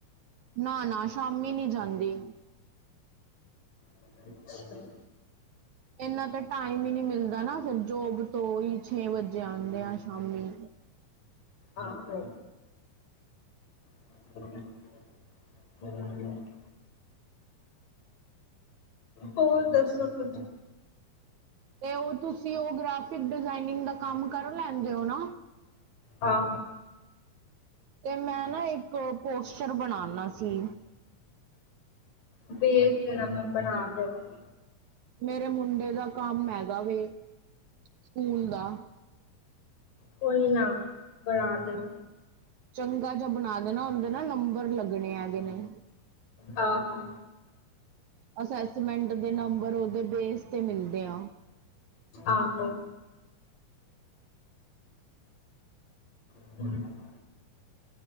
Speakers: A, on the right (about 65°); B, on the left (about 70°).
A: ਨਾ-ਨਾ ਸ਼ਾਮੀ ਨੀਂ ਜਾਂਦੀ।
B: <inaudible>
A: ਏਨਾ ਤਾਂ ਟਾਈਮ ਵੀ ਨੀਂ ਮਿਲਦਾ ਨਾ, ਫਿਰ ਜੋਬ ਤੋਂ ਓਈ ਛੇ ਵਜੇ ਆਂਦੇ ਆਂ ਸ਼ਾਮੀ।
B: ਆਹੋ। <unintelligible> ਹੋਰ ਦੱਸੋ ਕੁੱਜ?
A: ਤੇ ਓ ਤੁਸੀਂ ਓ ਗ੍ਰਾਫਿਕ ਡਿਜ਼ਾਏਨਿੰਗ ਦਾ ਕੰਮ ਕਰ ਲੈਂਦੇ ਓ ਨਾ?
B: ਹਾਂ
A: ਤੇ ਮੈਂ ਨਾ ਇੱਕ ਓ ਪੋਸਚਰ ਬਨਾਨਾ ਸੀ।
B: ਬੇਜ਼ ਦੇਨਾ ਮੈਂ ਬਣਾ ਦੇਵਾਂਗੀ।
A: ਮੇਰੇ ਮੁੰਡੇ ਦਾ ਕੰਮ ਹੈਗਾ ਵੇ, ਸਕੂਲ ਦਾ।
B: ਕੋਈ ਨਾ ਬਣਾ ਦੇਵਾਂ
A: ਚੰਗਾ ਜੇਆ ਬਨਾ ਦੇਨਾ, ਓਦੇ ਨਾ ਨੰਬਰ ਵੀ ਲੱਗਨੇ ਹੈਗੇ ਨੇ।
B: ਆਹੋ।
A: ਅਸੈਸਮੈਂਟ ਦੇ ਨੰਬਰ ਓਦੇ ਬੇਸ ਤੇ ਮਿਲਦੇ ਆਂ।
B: ਆਹੋ। <inaudible>